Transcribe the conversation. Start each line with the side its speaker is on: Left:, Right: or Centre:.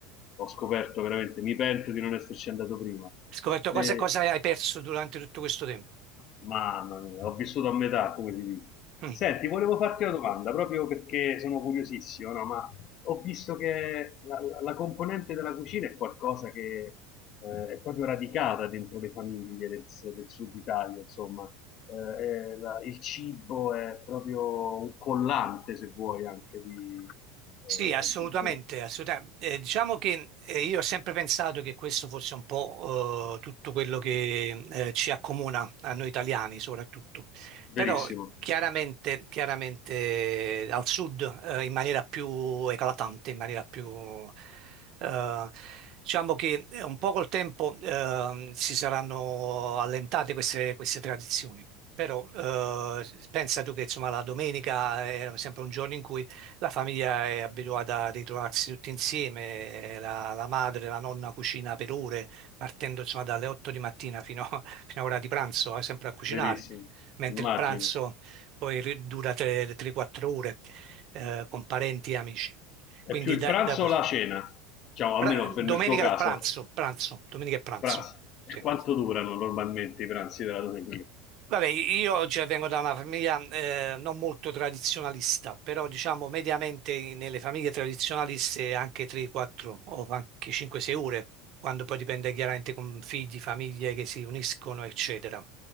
Left: ho scoperto veramente, mi pento di non esserci andato prima.
Right: hai scoperto
Left: Eh,
Right: cosa, cosa hai perso durante tutto questo tempo.
Left: Mamma mia, ho vissuto a metà, come si dice.
Right: <laughs>
Left: Senti, volevo farti una domanda, proprio perché sono curiosissimo, no? Ma ho visto che la, la- la componente della cucina è qualcosa che eh, è proprio radicata dentro le famiglie del, s- del sud Italia, insomma. Eh, è la- il cibo è proprio un collante, se vuoi, anche di... eh,
Right: Sì, assolutamente,
Left: de- de-
Right: assolutamente. Eh, diciamo che eh, io ho sempre pensato che questo fosse un po' eh, tutto quello che eh, ci accomuna a noi italiani soprattutto,
Left: verissimo,
Right: però chiaramente, chiaramente al sud eh, in maniera più eclatante, in maniera più... eh, diciamo che eh, un po' col tempo eh, si saranno allentate queste, queste tradizioni, però eh, pensa tu che insomma la domenica era sempre un giorno in cui la famiglia è abituata a ritrovarsi tutti insieme, la, la madre, la nonna cucina per ore, partendo insomma dalle 8 di mattina fino, <laughs> a- fino a ora di pranzo, eh, sempre a cucinare,
Left: verissimo,
Right: mentre
Left: immagino.
Right: il pranzo poi ri- dura 3-4 ore eh, con parenti e amici.
Left: È
Right: Quindi
Left: più il
Right: da,
Left: pranzo
Right: da questo.
Left: o la cena? Diciamo, almeno
Right: Pra-
Left: per-
Right: domenica
Left: nel tuo caso.
Right: al pranzo, pranzo, domenica e pranzo.
Left: Pranzo.
Right: Sì.
Left: E quanto durano normalmente i pranzi della domenica?
Right: Vabbè, io cioè, vengo da una famiglia eh, non molto tradizionalista, però diciamo mediamente nelle famiglie tradizionaliste anche 3, 4 o anche 5, 6 ore, quando poi dipende chiaramente con figli, famiglie che si uniscono, eccetera.